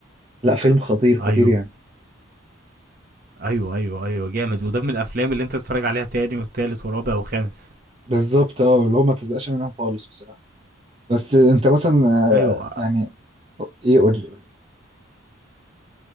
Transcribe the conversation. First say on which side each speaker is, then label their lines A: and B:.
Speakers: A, on the right; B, on the right.
A: لا فيلم خطير
B: ايوه
A: خطير يعني
B: ايوه ايوه ايوه جامد وده من الافلام اللي انت تتفرج عليها تاني وتالت ورابع وخامس
A: بالظبط اه اللي هو ما تزقش منهم خالص بصراحة بس انت مثلا آه،
B: ايوه
A: يعني ايه قول لي قول لي